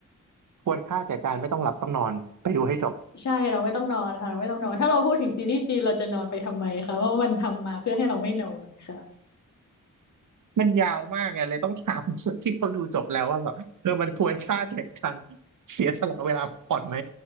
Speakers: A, on the right; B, on the left.
A: ควรค่าแก่การไม่ต้องหลับต้องนอนไปดูให้จบ
B: ใช่เราไม่ต้องนอนค่ะเราไม่ต้องนอนถ้าเราพูดถึงซีรีส์จีนเราจะนอนไปทำไมคะเพราะว่ามันทำมาเพื่อให้เราไม่นอนค่ะ
A: มันยาวมากไงเลยต้องถามที่เขาดูจบแล้วว่าแบบเออมันควรค่าแก่การเสียสละเวลาก่อนไหม